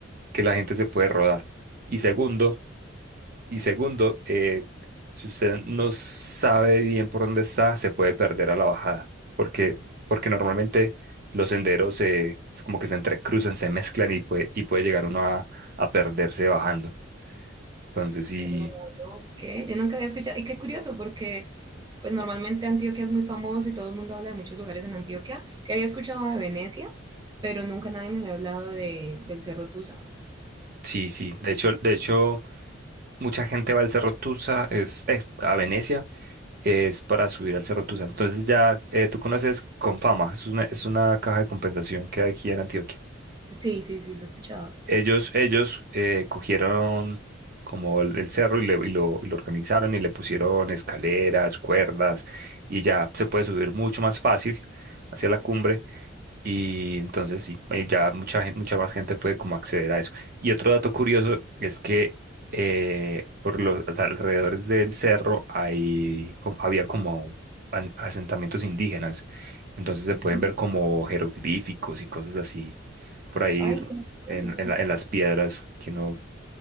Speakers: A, on the right; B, on the right.
A: que la gente se puede rodar. Y segundo, y segundo, eh, si usted no sabe bien por dónde está, se puede perder a la bajada, porque, porque normalmente los senderos se, es como que se entrecruzan, se mezclan y puede, y puede llegar uno a, a perderse bajando. Entonces, sí,
B: Wow, no, ¿qué? Yo nunca había escuchado. Y qué curioso, porque pues normalmente Antioquia es muy famoso y todo el mundo habla de muchos lugares en Antioquia. Sí había escuchado de Venecia, pero nunca nadie me había hablado de, del Cerro Tusa.
A: sí, sí. De hecho, de hecho, mucha gente va al Cerro Tusa, es, eh, a Venecia, es para subir al Cerro Tusa. Entonces ya eh, tú conoces Confama, es una, es una caja de compensación que hay aquí en Antioquia.
B: Sí, sí, sí, lo he escuchado.
A: Ellos, ellos eh, cogieron como el, el cerro y, le- y lo, y lo organizaron y le pusieron escaleras, cuerdas y ya se puede subir mucho más fácil hacia la cumbre. Y entonces sí, eh, ya mucha gente, mucha más gente puede como acceder a eso. Y otro dato curioso es que eh, por los alrededores del cerro hay, co- había como an- asentamientos indígenas. Entonces se
B: Mm.
A: pueden ver como jeroglíficos y cosas así por ahí
B: Ay, qué
A: en,
B: bueno.
A: en la- en las piedras que uno,